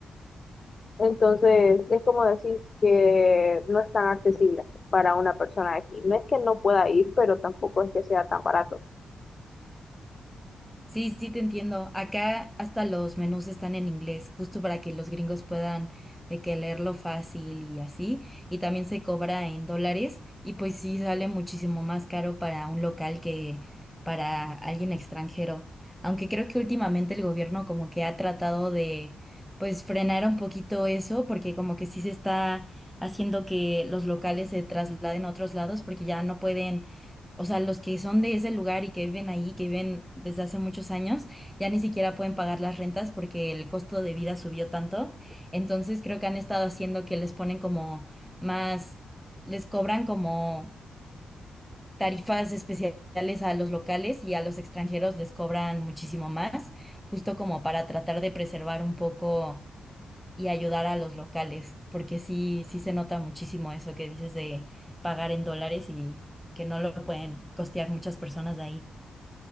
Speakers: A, on the left (about 45°); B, in the centre.
A: Entonces, es como decís que no es tan accesible para una persona de aquí. No es que no pueda ir, pero tampoco es que sea tan barato.
B: Sí, sí, te entiendo. Acá hasta los menús están en inglés, justo para que los gringos puedan de que leerlo fácil y así. Y también se cobra en dólares y pues sí sale muchísimo más caro para un local que para alguien extranjero. Aunque creo que últimamente el gobierno como que ha tratado de pues frenar un poquito eso porque como que sí se está haciendo que los locales se trasladen a otros lados porque ya no pueden o sea, los que son de ese lugar y que viven ahí, que viven desde hace muchos años, ya ni siquiera pueden pagar las rentas porque el costo de vida subió tanto. Entonces creo que han estado haciendo que les ponen como más, les cobran como tarifas especiales a los locales y a los extranjeros les cobran muchísimo más, justo como para tratar de preservar un poco y ayudar a los locales, porque sí, sí se nota muchísimo eso que dices de pagar en dólares y que no lo pueden costear muchas personas de ahí.